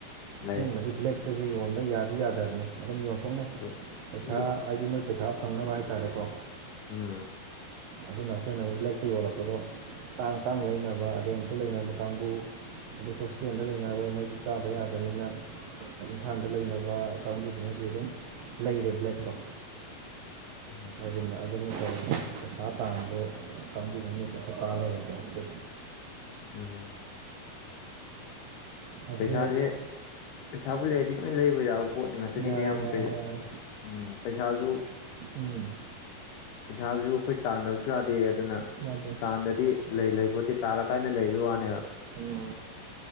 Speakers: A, on the left; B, on the right.
A: ꯂꯩ
B: ꯑꯁꯦꯡꯕꯗꯤ ꯕ꯭ꯂꯦꯛꯇꯁꯦ ꯌꯣꯟꯕ ꯌꯥꯗꯤ ꯌꯥꯗꯕꯅꯤ ꯑꯗꯨꯝ ꯌꯣꯟꯊꯣꯛꯅꯩ
A: ꯑꯗꯨ
B: ꯄꯩꯁꯥ
A: ꯑꯗꯨ
B: ꯑꯩꯗꯤ ꯃꯣꯏ ꯄꯩꯁꯥ ꯐꯪꯅꯕ ꯍꯥꯏꯇꯥꯔꯦꯀꯣ
A: ꯎꯝ
B: ꯑꯗꯨꯅ ꯑꯩꯈꯣꯏꯅ ꯑꯃꯨꯛ ꯕ꯭ꯂꯦꯛꯇ ꯌꯣꯜꯂꯛꯄꯗꯣ ꯇꯥꯡ ꯇꯥꯡ ꯂꯩꯅꯕ ꯔꯦꯟꯇ ꯂꯩꯅꯕ ꯀꯥꯡꯕꯨ ꯑꯗꯩ ꯍꯣꯁꯇꯦꯜꯗ ꯂꯩꯅꯕꯩ ꯃꯣꯏꯗꯤ ꯆꯥꯗ ꯌꯥꯗꯕꯅꯤꯅ ꯏꯝꯐꯥꯜꯗ ꯂꯩꯅꯕ ꯀꯥꯡꯕꯨꯗꯨꯅꯗꯤ ꯑꯗꯨꯝ ꯂꯩꯔꯦ ꯕ꯭ꯂꯦꯛꯇꯣ
A: ꯎꯝ
B: ꯑꯗꯨꯅ ꯑꯗꯨꯅ ꯇꯧꯋ ꯄꯩꯁꯥ ꯇꯥꯟꯕ ꯀꯥꯡꯕꯨꯉꯩꯅ ꯄꯩꯁꯥ ꯇꯥ ꯂꯩꯔꯦꯒ꯭ꯌꯥꯁꯗ
A: ꯎꯝ
B: ꯑꯗꯣ
A: ꯄꯩꯁꯥꯁꯦ ꯄꯩꯁꯥꯕꯨ ꯂꯩꯔꯗꯤ ꯅꯣꯏ ꯂꯩꯕ ꯌꯥꯕ ꯄꯣꯠ ꯉꯥꯛꯇꯅꯤꯗꯤ
B: ꯌꯥꯔꯦ
A: ꯌꯥꯝ
B: ꯌꯥꯔꯦ ꯌꯥꯔꯦ
A: ꯎꯝ ꯄꯩꯁꯥꯁꯨ
B: ꯎꯝ
A: ꯄꯩꯁꯥꯁꯨ ꯑꯩꯈꯣꯏ ꯇꯥꯟꯗꯕꯁꯨ ꯌꯥꯗꯦ ꯑꯗꯨꯅ
B: ꯌꯥꯗꯦ
A: ꯇꯥꯟꯗꯗꯤ ꯂꯩ ꯂꯩ ꯄꯣꯠꯇꯤ ꯇꯥꯜꯂ ꯀꯥꯏꯅ ꯂꯩꯕꯒꯤ ꯋꯥꯅꯦꯕ
B: ꯑ